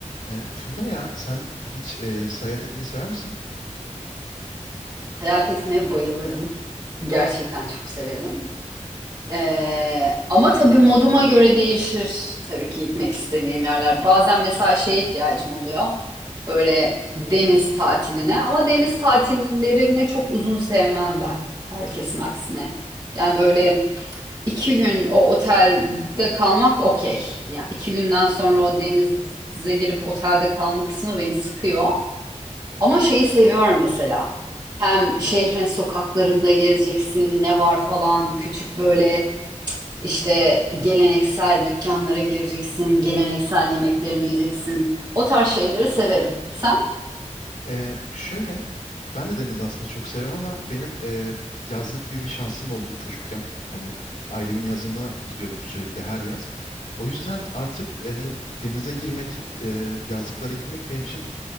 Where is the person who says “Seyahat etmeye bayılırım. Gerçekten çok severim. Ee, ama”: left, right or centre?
Right